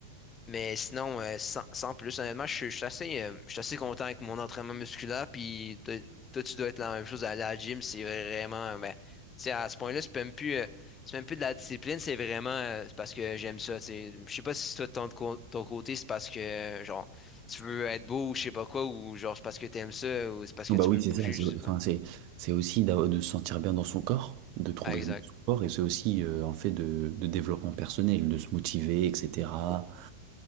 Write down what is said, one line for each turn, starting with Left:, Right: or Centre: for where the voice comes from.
Left: Mais sinon, euh, sans, sans plus, honnêtement, je suis je suis assez, euh, je suis assez content avec mon entraînement musculaire. Puis toi, toi, tu dois être la même chose à la gym. C'est vraiment, ben, tu sais, à ce point-là, c'est même plus, euh, c'est même plus de la discipline. C'est vraiment euh, c'est parce que j'aime ça. tu sais. Je sais pas si toi, de ton, co- ton côté, c'est parce que, euh, genre, tu veux être beau ou je sais pas quoi, ou genre, c'est parce que t'aimes ça, ou c'est parce que
Right: Oh, Bah
Left: tu
Right: oui,
Left: veux
Right: c'est
Left: bouger,
Right: ça. C'est,
Left: je
Right: enfin,
Left: sais pas.
Right: c'est, c'est aussi d'avoir- de se sentir bien dans son corps, de trouver
Left: Ah, exact.
Right: son corps, et c'est aussi euh, un fait de, de développement personnel, de se motiver, etc.